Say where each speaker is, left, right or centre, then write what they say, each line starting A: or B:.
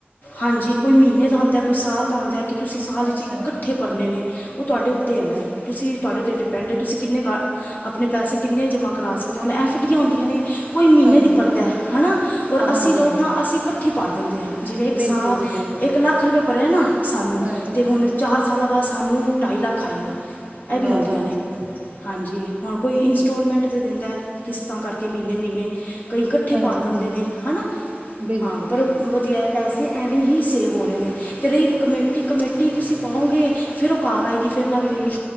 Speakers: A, on the left; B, on the right.
A: ਹਾਂਜੀ। ਕੋਈ ਮਹੀਨੇ ਦਾ ਹੁੰਂਦਾ ਕੋਈ ਸਾਲ ਦਾ ਹੁੰਦਾ ਐ, ਕਿ ਤੁਸੀਂ ਸਾਲ ਵਿੱਚ
B: ਅੱਛਾ
A: ਇਕੱਠੇ ਬਰਨੇ ਨੇ ਉਹ ਤੁਹਾਡੇ ਉੱਤੇ
B: ਜੀ,
A: ਹੈਗਾ, ਤੁਸੀਂ ਤੁਹਾਡੇ ਉੱਤੇ ਡਿਪੈਂਡ ਐ, ਤੁਸੀਂ ਕਿੰਨੇ ਕ ਆਪਣੇ ਪੈਸੇ ਕਿੰਨੇ ਜਮ੍ਹਾਂ ਕਰਾ ਸਕਦੇ ਓ, ਹੁਣ ਐਫ ਡੀਆਂ ਹੁੰਦੀਆਂ ਨੇ ਕੋਈ ਮਹੀਨੇ
B: ਹਾਂਜੀ
A: ਦੀ ਭਰਦਾ ਐ ਹਨਾ। ਔਰ
B: ਹਾਂਜੀ
A: ਅਸੀਂ ਲੋਕ
B: ਹਾਂਜੀ
A: ਹਾਂ ਅਸੀਂ ਇਕੱਠੀ ਭਰ ਦਿੰਦੇ ਆ। ਜਿਵੇਂ ਇੱਕ
B: ਬਿਲਕੁਲ
A: ਸਾਹ
B: ਜੀ ਬਿਲਕੁਲ
A: ਇੱਕ ਲੱਖ ਰੁਪਏ ਭਰਿਆ ਨਾ ਸਾਨੂੰ
B: ਹਾਂਜੀ
A: ਤੇ ਹੁਣ ਚਾਰ ਸਾਲਾਂ ਬਾਅਦ ਸਾਨੂੰ ਢਾਈ ਲੱਖ ਆਏਗਾ, ਇਹ ਵੀ
B: ਵਾਹ
A: ਹੁੰਦੀਆਂ
B: ਹਾਂਜੀ
A: ਨੇ। ਹਾਂਜੀ, ਹੁਣ ਕੋਈ ਇੰਸਟੋਲਮੈਂਟ ਤਾਂ ਦਿੰਦਾ ਕਿਸ਼ਤਾਂ ਕਰਕੇ ਮਹੀਨੇ-ਮਹੀਨੇ ਕਈ ਇਕ ਕੱਠੇ
B: ਹਾਂਜੀ
A: ਭਰ
B: ਹਾਂਜੀ
A: ਦਿੰਦੇ ਨੇ ਹਨਾ।
B: ਬਿਲਕੁਲ
A: ਹਾਂ ਪਰ ਵਧੀਆ ਪੈਸੇ ਐਵੇਂ ਹੀ ਸੇਵ ਹੋਣੇ ਨੇ, ਤੇ ਰੀ ਕਮੇਟੀ- ਕਮੇਟੀ ਤੁਸੀਂ ਪਾਓਗੇ ਫੇਰ ਉਹ ਘਰ ਆਏਗੀ, ਫਿਰ ਲੱਗ ਜਾਏਗੀ।